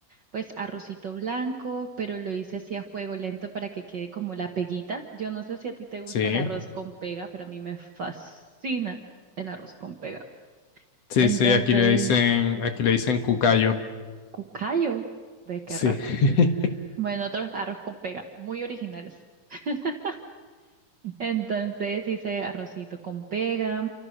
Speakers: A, on the right; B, on the left.
A: pues arrocito blanco, pero lo hice así a fuego lento para que quede como la peguita. Yo no sé si a ti te gusta
B: Sí,
A: el arroz con pega, pero a mí me fascina el arroz con pega.
B: sí,
A: Entonces,
B: sí, aquí le dicen, aquí le dicen cucayo.
A: cucayo, ve qué
B: Sí.
A: raro.
B: <laughs>
A: Bueno, otros arroz con pega, muy originales. <laughs> Entonces hice arrocito con pega,